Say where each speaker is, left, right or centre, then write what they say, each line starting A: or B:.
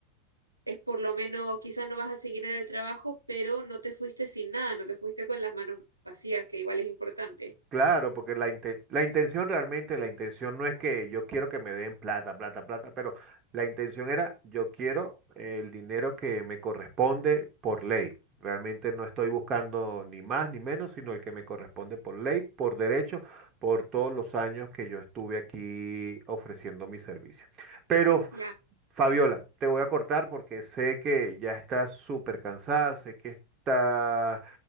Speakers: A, on the right; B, on the right.
A: es por lo menos, quizás no vas a seguir en el trabajo, pero no te fuiste sin nada, no te fuiste con las manos vacías, que igual es importante.
B: Claro, porque la, inte- la intención realmente, la intención no es que yo quiero que me den plata, plata, plata, pero la intención era yo quiero el dinero que me corresponde por ley. Realmente no estoy buscando ni más ni menos, sino el que me corresponde por ley, por derecho, por todos los años que yo estuve aquí ofreciendo mi servicio. Pero
A: Ya,
B: Fabiola, te voy a cortar porque sé que ya estás súper cansada, sé que está,